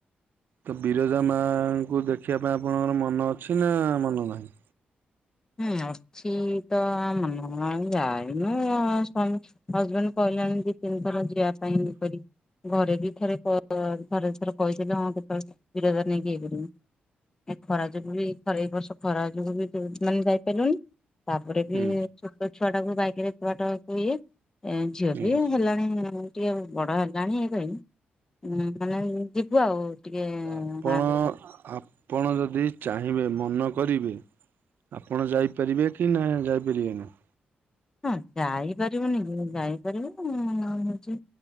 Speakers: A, on the right (about 70°); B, on the left (about 20°).
A: ତ ବିରଜା ମାଙ୍କୁ ଦେଖିବା ପାଇଁ ଆପଣଙ୍କର ମନ ଅଛି ନା ମନ ନାହିଁ।
B: ହୁଁ ଅଛି ତ ମନ ଯାଇନୁ ସ୍ୱାମୀ ହଜବେଣ୍ଡ କହିଲାନି ଦି ତିନିଥର ଯିବା ପାଇଁପରି ଘରେ। ଥରେ ଥରେ ଥରେ କହିଥିଲେ ହଁ କେତେବେଳେ ବିରଜାର ନେଇକି ଇଏ କରିବୁ। ଏ ଖରା ଯୋଗୁ ବି <unintelligible> ଏଇ ବର୍ଷ ଖରା ଯୋଗୁ ବି ମାନେ ଯାଇପାରିଲୁନି ତାପରେ ବି
A: ହୁଁ
B: ଛୋଟ ଛୁଆ ଟାକୁ ବାଇକରେ ଏତେ ବାଟ ନିଏ ଏ ଝିଅ
A: ହୁଁ
B: ବି ହେଲାଣି ଟିକେ ବଡ ହେଲାଣି ଏ ପାଇଁ ହଁ ମାନେ ଯିବୁ ଆଉ ଟିକେ
A: ଆପଣ
B: ମା
A: ଆପଣ ଯଦି ଚାହିଁବେ ମନ କରିବେ ଆପଣ ଯାଇପାରିବେ କି ନା ଯାଇପାରିବେ ନା?
B: ହଁ ଯାଇପାରିବୁନି କି ଯାଇପାରିବୁଁ ମ ହଉଛି